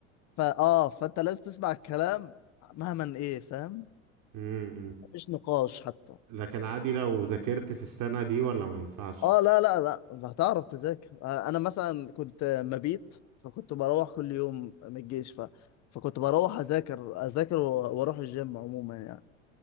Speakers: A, on the left; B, on the right.
A: فاه فانت لازم تسمع الكلام مهما ايه فاهم
B: امم
A: مفيش نقاش حتى
B: لكن عادي لو ذاكرت في السنة دي ولا ما ينفعش
A: اه لا لا لا هتعرف تذاكر آه، انا مثلا كنت مبيت فكنت بروح كل يوم من الجيش ف... فكنت بروح اذاكر اذاكر و- واروح الجيم عموما يعني